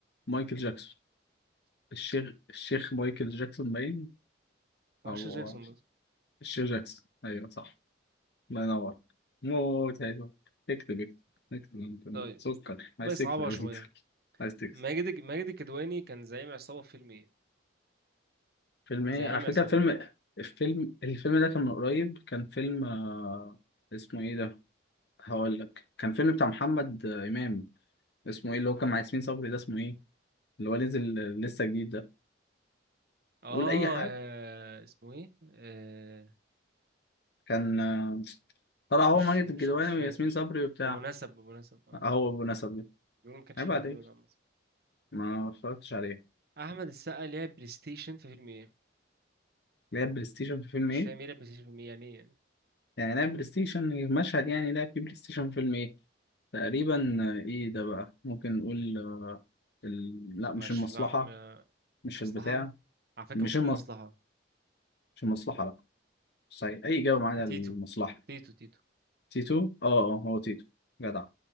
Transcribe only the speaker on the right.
هو
الشيخ جاكسون بس
طيب
بقى صعبة
شوية
ماجد ماجد الكدواني كان زعيم عصابة في فيلم ايه؟
زعيم
عصابة
اه
آه، اسمه ايه؟ آه
مش
مش
مش فاكر
ابو نسب ابو نسب اه
بيقولوا ما كانش
حلو
الفيلم ده عامة
احمد السقا لعب بلاي ستيشن في فيلم ايه؟
مش
فاهم ايه لعب بلاي ستيشن في فيلم ايه يعني ايه يعني؟
مش
لا ما-
مصلحة
على فكرة
ممكن
تكون مصلحة
تيتو تيتو تيتو